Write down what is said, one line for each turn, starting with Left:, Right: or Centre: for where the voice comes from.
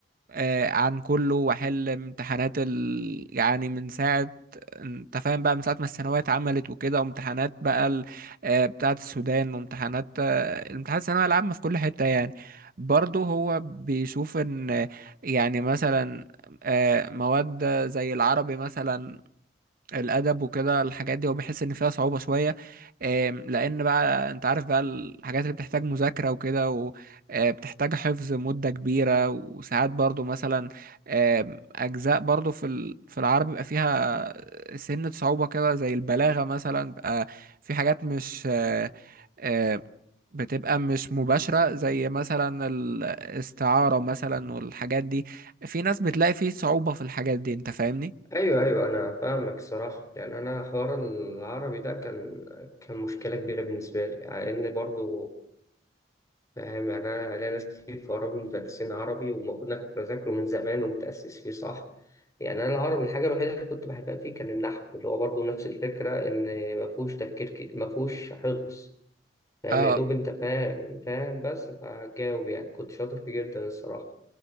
Right: آه، عن كله واحل امتحانات ال... يعني من ساعة انت فاهم بقى من ساعة ما الثانوية اتعملت وكده وامتحانات بقى ال... آه، بتاعة السودان وامتحانات آه، امتحانات الثانوية العامة في كل حتة يعني برضه هو بيشوف ان آه، يعني مثلا آه، مواد زي العربي مثلا الادب وكده الحاجات دي هو بيحس ان فيها صعوبه شويه آم، لان بقى انت عارف بقى الحاجات اللي بتحتاج مذاكره وكده وبتحتاج حفظ مده كبيره وساعات برضو مثلا آم، اجزاء برضو في ال- في العربي بيبقى فيها سنه صعوبه كده زي البلاغه مثلا بقى في حاجات مش آه، آه، بتبقى مش مباشرة زي مثلا الاستعارة مثلا والحاجات دي في ناس بتلاقي فيه صعوبة في الحاجات دي انت فاهمني؟
Left: أيوه أيوه أنا فاهمك الصراحة يعني أنا حوار العربي ده كان كان مشكلة كبيرة بالنسبة لي لأن برضو فاهم يعني أنا ليا ناس كتير في قرايبي مدرسين عربي ومفروض إن أنا كنت بذاكره من زمان ومتأسس فيه صح يعني أنا العربي الحاجة الوحيدة اللي كنت بحبها فيه كان النحو اللي هو برضو نفس الفكرة إن مفهوش تفكير كتير مفهوش حفظ فاهم
Right: اه
Left: يا دوب انت فاهم فاهم بس فجاوب يعني كنت شاطر فيه جدا الصراحة